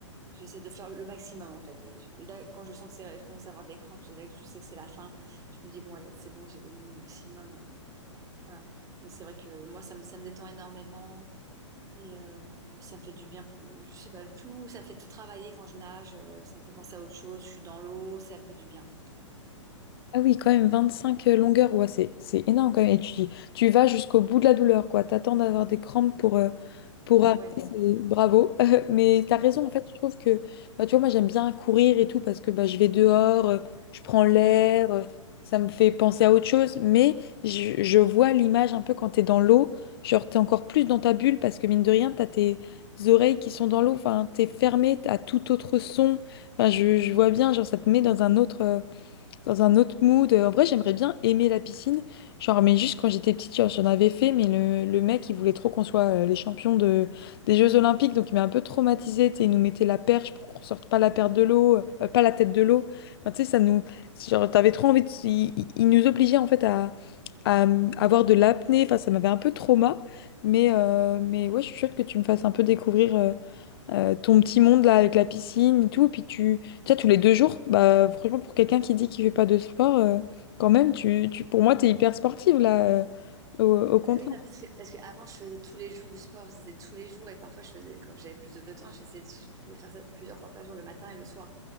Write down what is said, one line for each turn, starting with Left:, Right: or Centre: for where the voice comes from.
Right: j'essaie de faire le maximum, en fait. Et, je- et là, quand je sens que c'est, je commence à avoir des crampes, je, là, je sais que c'est la fin. Je me dis, bon, allez, c'est bon, j'ai donné mon maximum. euh, voilà. Mais c'est vrai que moi, ça me, ça me détend énormément. Et euh, ça me fait du bien, pour- je sais pas, tout, ça me fait tout travailler quand je nage, euh, ça me fait penser à autre chose, je suis dans l'eau, ça me fait du bien.
Left: Ah oui, quand même, 25 euh, longueurs, ouais, c'est, c'est énorme quand même. Et tu, tu vas jusqu'au bout de la douleur, quoi. T'attends d'avoir des crampes pour, euh, pour
Right: Pour-
Left: arrêter,
Right: ouais,
Left: c'est bravo. <laughs> Mais t'as raison, en fait, je trouve que, bah, tu vois, moi j'aime bien courir et tout parce que bah, je vais dehors, euh, je prends l'air, euh, ça me fait penser à autre chose. Mais je, je vois l'image un peu quand t'es dans l'eau, genre t'es encore plus dans ta bulle parce que mine de rien, t'as tes oreilles qui sont dans l'eau, enfin, t'es fermé à tout autre son. Enfin, je, je vois bien, genre ça te met dans un autre. euh, dans un autre mood. En vrai, j'aimerais bien aimer la piscine. Genre, mais juste quand j'étais petite, genre, j'en avais fait, mais le, le mec, il voulait trop qu'on soit euh, les champions de, des Jeux Olympiques, donc il m'a un peu traumatisée. Tu sais, il nous mettait la perche pour qu'on sorte pas la perte de l'eau, euh, pas la tête de l'eau. Enfin, tu sais, ça nous. Genre, t'avais trop envie de. Il, il- il nous obligeait, en fait, à, à, euh, avoir de l'apnée. Enfin, ça m'avait un peu trauma. Mais, euh, mais ouais, je suis chouette que tu me fasses un peu découvrir. euh, euh, ton petit monde là avec la piscine et tout, puis tu, tu sais, tous les deux jours, bah franchement pour quelqu'un qui dit qu'il fait pas de sport, euh, quand même, tu, tu, pour moi t'es hyper sportive là, euh, au, au
Right: Ben
Left: contraire.
Right: oui, non, parce que, parce que avant, je faisais tous les jours du sport, c'était tous les jours, et parfois, je faisais, quand j'avais plus de temps, je faisais- je pouvais faire ça plusieurs fois par jour, le matin et le soir.